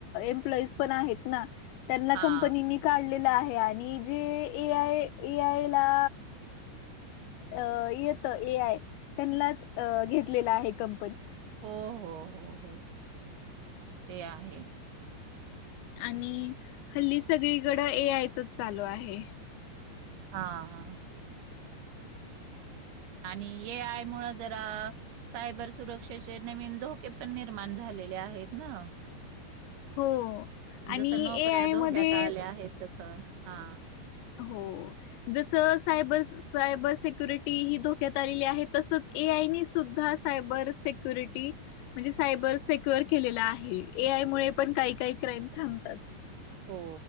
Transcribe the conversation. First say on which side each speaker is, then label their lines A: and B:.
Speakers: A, on the left (about 80°); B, on the right (about 75°).
A: एम्पलॉइज पण आहेत ना त्यांना
B: हा
A: कंपनीनी काढलेलं आहे आणि जे ए आय ए आय ला अ येत ए आय त्यांनाच घेतलेला आहे कं
B: हो हो हो हो ते आहे.
A: आणि हल्ली सगळीकडं ए आय चच चालू आहे.
B: हा हा आणि ए आय मुळ जरा सायबर सुरक्षेचे नवीन धोके पण निर्माण झाले <unintelligible> आहेत ना
A: हो आणि
B: जसं नोकऱ्या
A: ए आय
B: धोक्यात
A: मध्ये
B: आल्या आहेत तसं हा
A: हो जसं सायबर सायबर सक्युरिटी ही धोक्यात आलेली आहे तसं ए एआय नी सुध्दा सायबर सेक्युरिटी म्हणजे सायबर सेक्यर केले आहेय एआय मुळे पण काही काही क्राईम थांबतात.
B: हो,